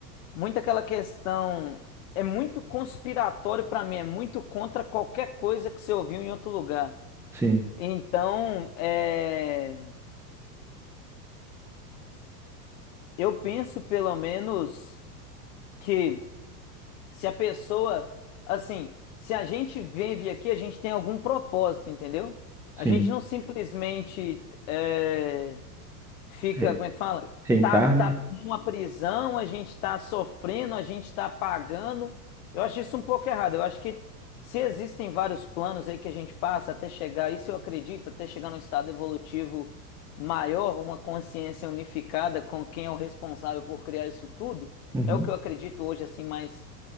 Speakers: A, on the left; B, in the centre.
A: muito aquela questão. É muito conspiratório pra mim, é muito contra qualquer coisa que você ouviu em outro lugar.
B: Sim,
A: Então, é, eu penso pelo menos que se a pessoa, assim, se a gente vive aqui, a gente tem algum propósito, entendeu?
B: sim.
A: A gente não simplesmente é, fica,
B: Re-
A: como é que fala?
B: Reencarne?
A: Tá, tá numa prisão, a gente tá sofrendo, a gente tá pagando. Eu acho isso um pouco errado. Eu acho que se existem vários planos aí que a gente passa até chegar, isso eu acredito, até chegar num estado evolutivo maior, uma consciência unificada com quem é o responsável por criar isso tudo,
B: Uhum,
A: é o que eu acredito hoje, assim, mas,